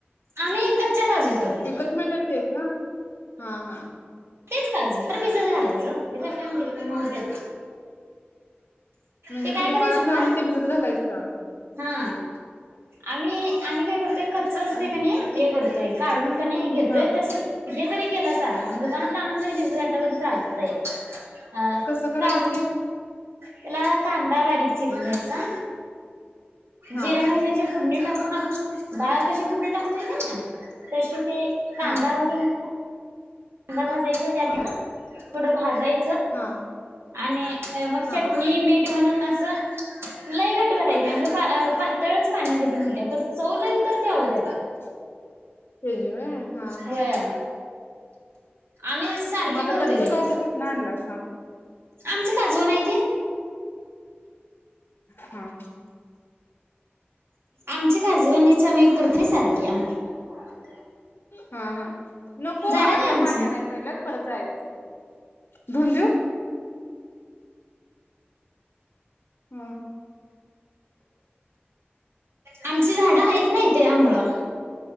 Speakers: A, on the right; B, on the left.
A: आम्ही कच्च्या काजू करतोय
B: विकत मिळतात तेच ना. हा हा.
A: तेच काजू खरं भिजत घालायचं भिजून मऊ हुत्यात.
B: म्हणजे
A: ते काय
B: दुकानातला
A: करायचं सांगा,
B: आणून ते भिजत घालायचं
A: हा आम्ही आम्ही काय करतोय कच्च असतय
B: आणि
A: का नाही, हे करतोय काढून कनी घेतोय
B: हा
A: तस हे जरी केलासा म्हणजे दुकानातला आणून जरी भिजत घातलासा, तरी चालतंय. हं
B: कसं करायचं
A: काम
B: ते
A: त्याला कांदा बारीक चिरून घ्यायचा,
B: हा
A: जिर, मोहरीची फुडणी टाकून आपूण डाळ कशी फुडणी टाकतोय की नय, तशी ते कांदा
B: हा
A: घालून कांदा भाजायचा त्यात थोडं भाजाय
B: हा.
A: आणि मग
B: हा
A: चटणी, मीठ घालून असं लय घट करायचं नाय, पातळच पाण्यागत होत्यात खर चव लय उतरते अओ त्याला.
B: <inaudible> व्हय हा हा
A: व्हय. आम्ही सारखी
B: मग आता
A: करतोय,
B: कच्च
A: ते
B: काजू कुठनं आणलास हा
A: आमचे काजव नाय ते.
B: हा.
A: आमची काजवणीच आम्ही करतो नाही सारखी <inaudible>
B: हा हा नको
A: झाड
B: आज
A: नाही आमची.
B: पाणी आणायला चालल्यात. परत जायाच. धून देऊ. हा हा.
A: आमची झाडं आहेत ना इथं, त्यामुळं.